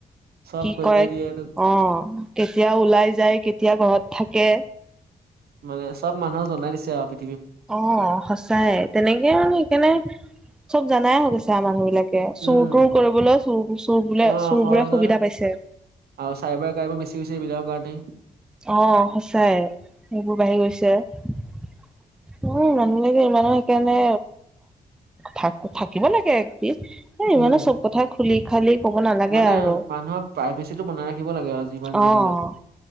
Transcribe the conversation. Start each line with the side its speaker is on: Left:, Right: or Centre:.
Right: চব
Centre: কি
Right: কৰি
Centre: কৰে
Right: কৰি
Centre: অ,
Right: দিয়ে এইটো।
Centre: কেতিয়া ওলাই যায় কেতিয়া ঘৰত থাকে
Right: মানে চব মানুহ জনাই দিছে আও পি
Centre: অ, সঁচাই তেনেকে মানে সেইকাৰণে চব জানাই হৈ গৈছে আ মানুহ বিলাকে। তে
Right: উম
Centre: চুৰ তোৰ কৰিবলৈ চুৰ -চুৰ বোলে
Right: অ'
Centre: চুৰ
Right: সহজে
Centre: বোৰে সুবিধা পাইছে।
Right: আৰু চাইবাৰ ক্ৰাইমো বেছি হৈছে এইবিলাকৰ কাৰণে।
Centre: অ, সঁচাই সেইবোৰ বাঢ়ি গৈছে। উম, মানুহে বিলাকে ইমানে সেইকাৰণে থা -থাকিব লাগে একটিভ। এ
Right: উম।
Centre: ইমানো চব কথা খুলি খালি কব নালাগে
Right: মানে
Centre: আৰু।।
Right: মানুহৰ প্ৰাইভেচিটো বনাই ৰাখিব লাগে আৰু যিমান
Centre: অ',।
Right: যি হ'লেও